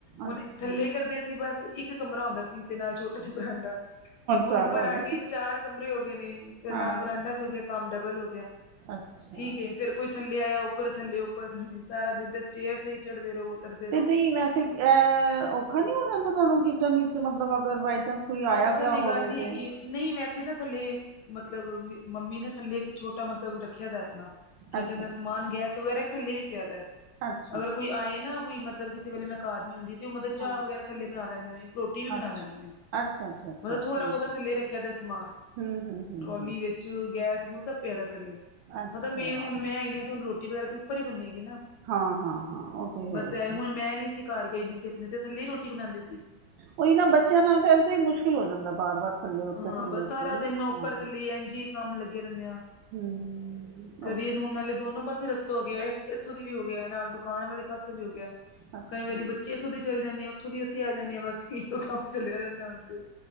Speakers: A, on the left; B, on the right.
A: ਹੁਣ
B: ਅੱਛਾ
A: ਥੱਲੇ
B: ਹੂੰ,
A: ਕਰਦੇਸੀ ਬਸ ਇਕ ਕਮਰਾ ਹੁੰਦਾ ਸੀ। ਤੇ ਨਾਲ ਛੋਟਾ ਜਿਹਾ ਬਰਾਂਡਾ ਹੁਣ
B: ਸਾਰਾ
A: ਉਪਰ
B: ਹੋ
A: ਆ
B: ਗਿਆ
A: ਕੇ ਚਾਰ ਕਮਰੇ ਹੋ ਗਏ ਨੇ ਫੇਰ
B: ਹਾਂ
A: ਨਾਲ ਬਰਾਂਡਾ। ਹੋ ਗਿਆ ਕੰਮ ਡਬਲ ਹੋ ਗਿਆ
B: ਅੱਛਾ
A: ਠੀਕ ਏ ਫੇਰ ਕੋਈ ਥੱਲੇ ਆਇਆ ਉੱਪਰ ਥੱਲੇ ਉੱਪਰ ਸਾਰਾ ਦਿਨ ਤੇ ਸਟੇਇਰਸ ਤੇਹੀ ਚੜ੍ਹਦੇ ਰਹੋ। ਉਤਰਦੇ ਰਹੋ।
B: ਤੇ ਨਹੀਂ ਵੈਸੇ ਅਹ ਔਖਾ ਨੀ ਹੋ ਜਾਂਦਾ ਤੁਹਾਨੂੰ ਕਿਚਨ ਵਿੱਚ ਮਤਲਬ ਅਗਰ ਵ ਜੱਦ ਕੋਈ ਆਇਆ
A: ਔਖੇ
B: ਗਿਆ
A: ਦੀ
B: ਹੋਵੇ
A: ਗੱਲ ਨੀ ਹੈਗੀ
B: ਤੇ
A: ਨਹੀਂ ਵੈਸੇ ਨਾ ਥੱਲੇ ਮਤਲਬ ਮੰਮੀ ਨੇ ਥੱਲੇ ਇੱਕ ਛੋਟਾ ਮਤਲਬ ਰੱਖਿਆ ਦਾ ਣਾ ਕਿਚਨ
B: ਅੱਛਾ
A: ਦਾ ਸਮਾਨ ਗੈਸ ਵਗੈਰਾ ਥੱਲੇ ਵੀ ਪਿਆ ਤਾ।
B: ਹੈਲੋ।
A: ਅਗਰ ਕੋਈ ਆਏ ਨਾ ਕੋਈ ਮਤਲਬ ਕਿਸੇ ਵੇਲੇ ਮੈਂ ਘਰ ਨੀ ਹੁੰਦੀ ਤੇ ਉਹ ਮਤਲਬ ਚਾਹ
B: ਹਾਂ
A: ਵਗੈਰਾ ਥੱਲੇ ਬਣਾ ਲੈਂਦੇ ਨੇ ਰੋਟੀ ਵੀ
B: ਅੱਛਾ
A: ਬਣਾ ਲੈਂਦੇ ਨੇ।
B: ਅੱਛਾ। ਅੱਛਾ ਅੱਛਾ
A: ਮਤਲਬ ਥੋੜਾ
B: ਠੀਕ
A: ਬਹੁਤਾ
B: ਹੈ
A: ਥੱਲੇ ਰੱਖਿਆ ਦਾ ਸਮਾਨ
B: ਹੂੰ ਹੂੰ ਹੂੰ
A: ਟਰੋਲੀ
B: ਹੂੰ
A: ਵਿੱਚ ਗੈਸ ਗੂਸ ਸਭ ਪਿਆ ਦਾ ਥੱਲੇ।
B: ਅੱਛਾ
A: ਮਤਲਬ ਮੇਨ ਹੁਣ ਮੈਂ ਹੈਗੀ ਹ ਤੇ ਹੁਣ ਰੋਟੀ ਵਗੈਰਾ ਤੇ ਉੱਪਰ ਹੀ ਬਨੇਗੀ ਨਾ।
B: ਹਾਂ ਹਾਂ ਹਾਂ ਉਹ ਤੇ
A: ਬਸ
B: ਹੈ ਹੀ
A: ਆ ਹੁਣ
B: ਹੈ
A: ਮੈਂ ਨੀ ਸੀ ਘਰ ਗਈ ਦੀ ਸੀ ਆਪਣੇ ਤੇ ਥੱਲੇ ਰੋਟੀ ਬਣਾਉਂਦੇ ਸੀ।
B: ਉਹੀ ਨਾ ਬੱਚਿਆਂ ਨਾਲ ਏਦਾ ਹੀ ਮੁਸ਼ਕਿਲ ਹੋ ਜਾਂਦਾ ਬਾਰ ਬਾਰ। ਥੱਲੇ ਉੱਤੇ
A: ਹਾਂ
B: ਥੱਲੇ
A: ਬਸ
B: ਉੱਤੇ
A: ਸਾਰਾ
B: ਨਾ
A: ਦਿਨ ਮੈਂ
B: ਹਾਂ
A: ਉੱਪਰ ਥੱਲੇ ਇੰਜ ਕੰਮ ਲੱਗੇ ਰਹਿੰਦੇ ਆ।
B: ਹਮ।
A: ਕਦੀ ਇਹ ਹੋੋਣ ਵਾਲੇ ਦੋਨੋ ਪਾਸੇ ਰਸ। ਹੋ ਗਿਆ ਇੱਥੋ ਦੀ ਵੀ ਹੋ ਗਿਆ ਨਾਲ ਦੁਕਾਨ ਵਾਲੇ ਪਾਸੇ ਵੀ ਹੋ ਗਿਆ
B: ਅੱਛਾ
A: ਕਈ ਵਾਰੀ ਬੱਚੇ ਉਥੋਂ ਦੀ ਚਲੇ ਜਾਂਦੇ ਹਾਂ ਉਥੋਂ ਦੀ ਅਸੀ ਆ ਜਾਂਦੇ ਹਾਂ ਬਸ ਏ ਕੰਮ ਚੱਲਿਆ ਰਹਿੰਦਾ ਹ ਤੇ